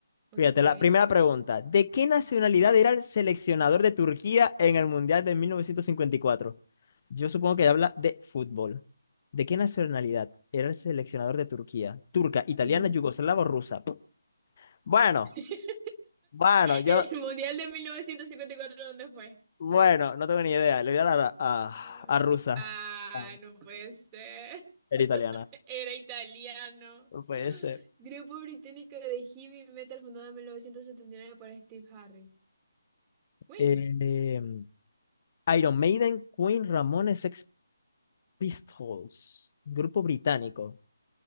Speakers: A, on the right (about 15°); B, on the left (about 35°).
A: okay.
B: Fíjate, la primera pregunta. ¿De qué nacionalidad era el seleccionador de Turquía en el Mundial de 1954? Yo supongo que habla de fútbol. ¿De qué nacionalidad era el seleccionador de Turquía? ¿Turca, italiana,
A: De mil-
B: yugoslava o rusa? Bueno,
A: <laughs>
B: bueno, yo,
A: El mundial de mil novecientos cincuenta y cuatro ¿dónde fue?
B: bueno, no tengo ni idea. Le voy a dar a, a,
A: Ah,
B: a rusa.
A: ah,
B: Ah,
A: no puede ser.
B: Era italiana.
A: <laughs> Era italiano.
B: No puede
A: <gasps>
B: ser.
A: Grupo británico de heavy metal fundado en 1979 por Steve Harris. Queen.
B: Eh, em, Iron Maiden, Queen, Ramones, Sex Pistols. Grupo británico.